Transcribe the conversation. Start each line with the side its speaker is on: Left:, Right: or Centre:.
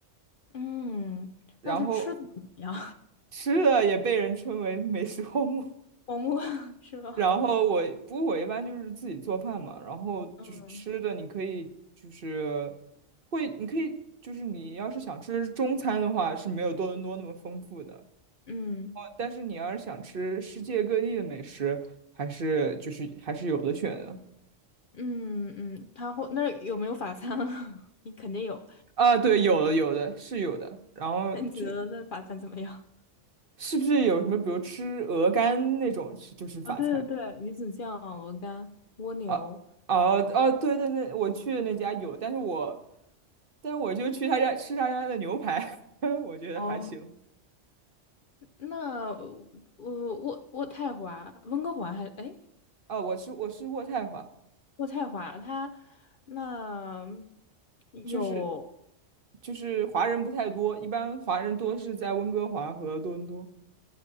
Left: 嗯，
Right: 然后
Left: 那它吃的怎么样？
Right: 吃的也被人称为美食荒漠。
Left: <laughs> 黄瓜 <laughs> 是吧？
Right: 然后我，不过我一般就是自己做饭嘛，然后就是吃的，
Left: 嗯，
Right: 你可以就是会，你可以就是你要是想吃中餐的话，是没有多伦多那么丰富的，
Left: 嗯
Right: 但是你要是想吃世界各地的美食，还是就是还是有的选的
Left: 嗯嗯，它会那儿有没有法餐啊？<laughs> 你肯定有，
Right: 啊，对，有的有的是有的，然后就
Left: 那你觉得那法餐怎么样？
Right: 是不是有什么，比如吃鹅肝那种，是就是法餐。
Left: 啊，对对对，鱼子酱、鹅肝、蜗牛。
Right: 啊哦哦，对对对，我去的那家有，但是我但是我就去他家吃他家的牛排，<laughs> 我觉得还行。
Left: 哦，那我渥渥太华、温哥华还哎，
Right: 啊，我吃我吃渥太华，
Left: 渥太华它那有
Right: 就是就是华人不太多，一般华人多是在温哥华和多伦多。